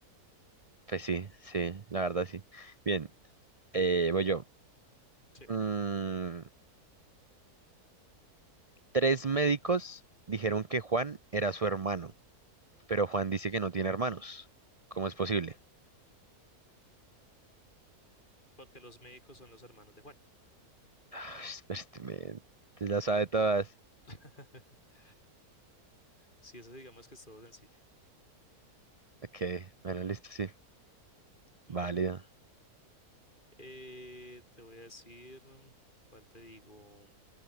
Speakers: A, on the right; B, on the left.
A: Pues sí, sí, la verdad sí. Bien, eh, voy yo.
B: Sí,
A: Mm, tres médicos dijeron que Juan era su hermano, pero Juan dice que no tiene hermanos. ¿Cómo es posible?
B: porque los médicos son los hermanos de Juan.
A: Ah, Este men, te la sabe todas.
B: <laughs> Sí, eso digamos que es todo sencillo
A: Ok, bueno, listo, sí.
B: Bueno,
A: Válido.
B: eh, te voy a decir, ¿cuál te digo?